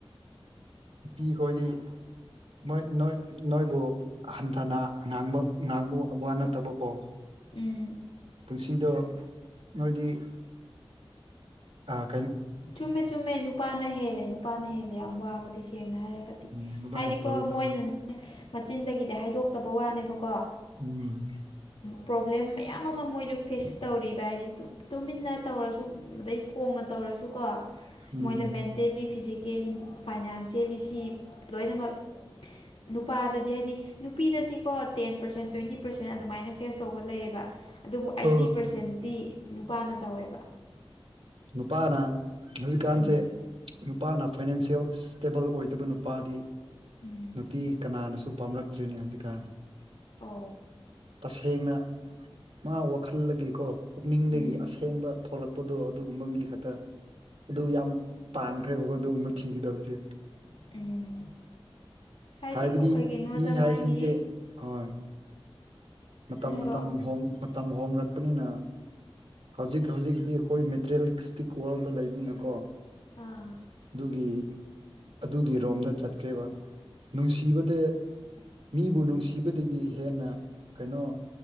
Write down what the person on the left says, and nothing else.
ꯎꯝ
ꯆꯨꯝꯃꯦ ꯆꯨꯝꯃꯦ ꯅꯨꯄꯥꯅ ꯍꯦꯜꯂꯦ ꯅꯨꯄꯥꯅ ꯍꯦꯜꯂꯦ ꯌꯥꯝ ꯋꯥꯕꯗꯤ ꯁꯤ ꯁꯦꯡꯅ ꯍꯥꯏꯔꯒꯗꯤ
ꯍꯥꯏꯗꯤꯀꯣ
ꯃꯣꯏꯅꯅꯦ ꯃꯆꯤꯟꯗꯒꯤꯗꯤ ꯍꯥꯏꯗꯣꯛꯇꯕ ꯋꯥꯅꯦꯕꯀ
ꯄ꯭ꯔꯣꯕ꯭ꯂꯦꯝ ꯃꯌꯥꯝ ꯑꯃ ꯃꯣꯏꯁꯨ ꯐꯦꯁ ꯇꯧꯔꯤꯕ ꯍꯥꯏꯗꯤ ꯇꯨꯃꯤꯟꯅ ꯇꯧꯔꯁꯨ ꯑꯗꯩ ꯐꯣꯡꯅ ꯇꯧꯔꯁꯨ ꯀꯣ
ꯃꯣꯏꯗ ꯃꯦꯟꯇꯦꯜꯂꯤ ꯐꯤꯖꯤꯀꯦꯜꯂꯤ ꯐꯥꯏꯅꯥꯟꯁꯦꯜꯂꯤ ꯁꯤ ꯂꯣꯏꯅꯃꯛ ꯀ ꯅꯨꯄꯥꯗꯗꯤ ꯍꯥꯏꯗꯤ ꯅꯨꯄꯤꯗꯗꯤꯀꯣ ꯇꯦꯟ ꯄꯔꯁꯦꯟ ꯇ꯭ꯋꯦꯟꯇꯤ ꯄꯔꯁꯦꯟ ꯑꯗꯨꯃꯥꯏꯅ ꯐꯦꯁ ꯇꯧꯕ ꯂꯩꯌꯦꯕ ꯑꯗꯨꯕꯨ ꯑꯩꯠꯇꯤ
ꯄꯥꯔꯁꯦꯟꯇꯤ ꯅꯨꯄꯥꯅ ꯇꯧꯋꯦꯕ
ꯎꯝ
ꯎꯝ
ꯑ
ꯎꯝ
ꯎꯝ ꯍꯥꯏꯗꯤꯀꯣ
ꯀꯩꯒꯤꯅꯣꯗ
ꯃꯥꯒꯤ
ꯍꯥꯏꯔꯛꯑꯣ
ꯑꯥ